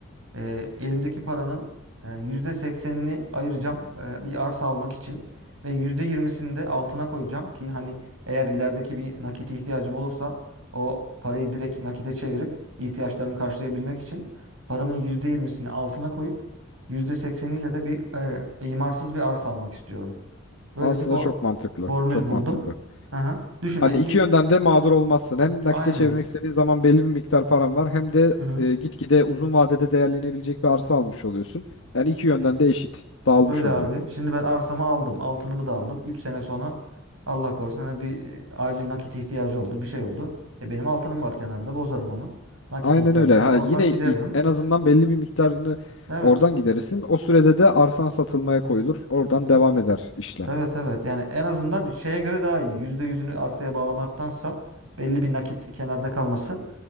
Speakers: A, on the right; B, on the left.
A: E, elimdeki paranın e, yüzde seksenini ayıracağım e, bir arsa almak için ve yüzde yirmisini de altına koyacağım ki hani eğer ilerideki bir nakit ihtiyacım olursa o parayı direkt nakite çevirip ihtiyaçlarımı karşılayabilmek için paramın yüzde yirmisini altına koyup %80'iyle de bir e, imarsız bir arsa almak istiyorum. Böyle
B: Aslında
A: bir for-
B: çok mantıklı.
A: formül
B: Çok
A: buldum.
B: mantıklı.
A: Aha. Düşün
B: Hani
A: ha iki
B: iki yönden de mağdur olmazsın. Hem nakite
A: aynen.
B: çevirmek istediğin zaman belli bir miktar param var. Hem de
A: Hı hı.
B: e, gitgide uzun vadede değerlenebilecek bir arsa almış oluyorsun. Yani iki yönden de eşit dağılmış
A: Öyle
B: oluyor.
A: abi. Şimdi ben arsamı aldım. Altınımı da aldım. 3 sene sonra Allah korusun hani bir e, acil nakit ihtiyacı oldu. Bir şey oldu. E benim altınım var kenarda. Bozarım onu. Nakit
B: Aynen
A: ihtiyacımı
B: öyle. Ha
A: oradan
B: yine
A: gideririm.
B: i- en azından belli bir miktarını
A: Evet.
B: oradan giderirsin. O sürede de arsan satılmaya koyulur. Oradan
A: Hı?
B: devam eder işlem.
A: Evet evet. Yani en azından şeye göre daha iyi. Yüzde yüzünü arsaya bağlamaktansa belli bir nakit kenarda kalması